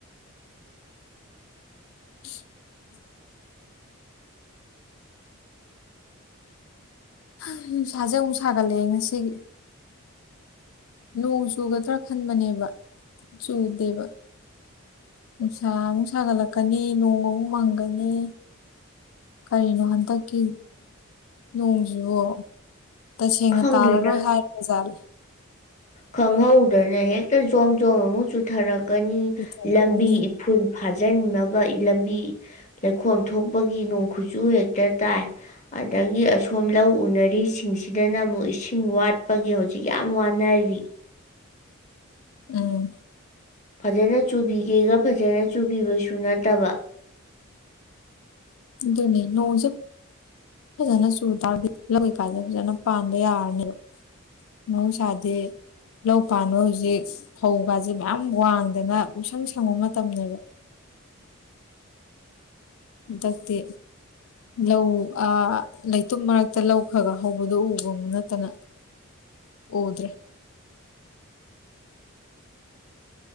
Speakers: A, on the left (about 75°); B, on the left (about 35°).
A: <inaudible> ꯍ ꯅꯨꯡꯁꯥꯁꯦ ꯑꯃꯨꯛ ꯁꯥꯒꯠꯂꯛꯑꯦ ꯉꯁꯤꯒꯤ ꯅꯣꯡ ꯆꯨꯒꯗ꯭ꯔꯥ ꯈꯟꯕꯅꯦꯕ ꯆꯨꯗꯦꯕ ꯅꯨꯡꯁꯥ ꯑꯃꯨꯛ ꯁꯥꯒꯠꯂꯛꯀꯅꯤ ꯅꯣꯡ ꯑꯃꯨꯛ ꯃꯪꯒꯅꯤ ꯀꯔꯤꯅꯣ ꯍꯟꯗꯛꯀꯤ ꯅꯣꯡꯁꯤꯕꯣ ꯇꯁꯦꯡꯅ
B: ꯈꯪꯗꯦꯗ
A: ꯇꯥꯔꯔꯣꯏ ꯍꯥꯏꯔꯦ ꯖꯥꯠ
B: ꯈꯪꯍꯧꯗꯅ ꯍꯦꯛꯇ ꯖꯣꯝ ꯖꯣꯝ ꯑꯃ ꯆꯨꯊꯔꯛ ꯀꯅꯤ
A: ꯄꯤꯊꯔꯛꯀꯅꯤ
B: ꯂꯝꯕꯤ ꯏꯐꯨꯜ ꯐꯥꯖꯤꯟꯅꯕ ꯂꯝꯕꯤ ꯂꯩꯈꯣꯝ ꯊꯣꯛꯄꯒꯤ ꯅꯣꯡ ꯈꯨꯆꯨ ꯍꯦꯛꯇ ꯇꯥꯏ ꯑꯗꯒꯤ ꯑꯁꯣꯝ ꯂꯧ ꯎꯅꯔꯤꯁꯤꯡꯁꯤꯗꯅ ꯑꯃꯨꯛ ꯏꯁꯤꯡ ꯋꯥꯠꯄꯒꯤ ꯍꯧꯖꯤꯛ ꯌꯥꯝ ꯋꯥꯅꯔꯤ
A: ꯎꯝ
B: ꯐꯖꯅ ꯆꯨꯕꯤꯒꯦꯒ ꯐꯖꯅ ꯆꯨꯕꯤꯕꯁꯨ ꯅꯠꯇꯕ
A: ꯑꯗꯨ ꯑꯗꯨꯅꯦ ꯅꯣꯡꯁꯦ ꯐꯖꯅ ꯆꯨ ꯇꯔꯗꯤ ꯂꯧ ꯀꯩꯀꯥꯁꯦ ꯐꯖꯅ ꯄꯥꯟꯕ ꯌꯥꯔꯅꯦꯕ ꯃꯍꯧꯁꯥꯗꯤ ꯂꯧ ꯄꯥꯟꯕ ꯍꯧꯖꯤꯛ ꯐꯧꯒꯥꯁꯦ ꯃꯌꯥꯝ ꯋꯥꯡꯗꯅ ꯄꯨꯡꯁꯪ ꯁꯪꯕ ꯃꯇꯝꯅꯦꯕ ꯍꯟꯗꯛꯇꯤ ꯂꯧ ꯑ ꯂꯩꯇꯨꯝ ꯃꯔꯛꯇ ꯂꯧ ꯈ꯭ꯔ ꯈ ꯍꯧꯕꯗꯣ ꯎꯒ ꯅꯠꯇꯅ ꯎꯗ꯭ꯔꯦ